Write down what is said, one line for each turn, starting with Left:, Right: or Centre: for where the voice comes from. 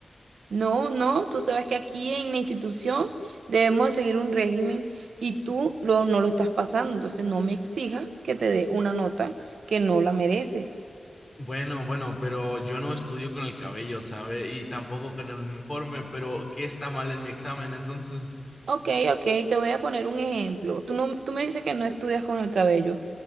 Right: no, no, tú sabes que aquí en la institución debemos seguir un régimen y tú lo- no lo estás pasando, entonces no me exijas que te dé una nota que no la mereces.
Left: Bueno, bueno, pero yo no estudio con el cabello, ¿sabe? Y tampoco con el uniforme, pero ¿qué está mal en mi examen entonces?
Right: Ok, ok, te voy a poner un ejemplo. Tú, no, tú me dices que no estudias con el cabello.